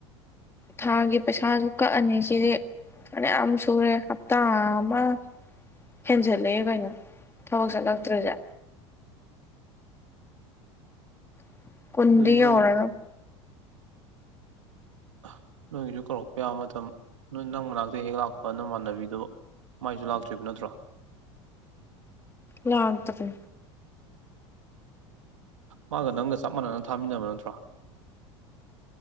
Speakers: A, on the left (about 15°); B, on the right (about 85°).
A: ꯊꯥꯒꯤ ꯄꯩꯁꯥꯁꯨ ꯀꯛꯑꯅꯤ ꯁꯤꯗꯤ ꯐꯅꯌꯥꯝ ꯁꯨꯔꯦ ꯍꯞꯇꯥ ꯑꯃ ꯍꯦꯟꯖꯜꯂꯦ ꯀꯩꯅꯣ ꯊꯕꯛ ꯆꯠꯂꯛꯇ꯭ꯔꯤꯖꯦ꯫ <unintelligible> ꯀꯨꯟꯗꯤ
B: ꯑꯗꯨꯗꯤ
A: ꯌꯧꯔꯔꯣꯢ꯫
B: ꯅꯣꯏ ꯑꯍ ꯅꯣꯏꯒꯤꯗꯨ ꯀꯧꯔꯛꯄ ꯌꯥꯕ ꯃꯇꯝ ꯅ ꯅꯪ ꯃꯅꯥꯛꯇ ꯍꯦꯛ ꯂꯥꯛꯄ ꯅꯃꯥꯟꯅꯕꯤꯗꯣ ꯃꯥꯏꯁꯨ ꯂꯥꯛꯇ꯭ꯔꯤꯕ ꯅꯠꯇ꯭ꯔꯣ꯫
A: ꯂꯥꯛꯇꯔꯤ꯫
B: ꯃꯥꯒ ꯅꯪꯒ ꯆꯞ ꯃꯥꯟꯅꯅ ꯊꯥꯃꯤꯟꯅꯕ ꯅꯠꯇ꯭ꯔꯣ?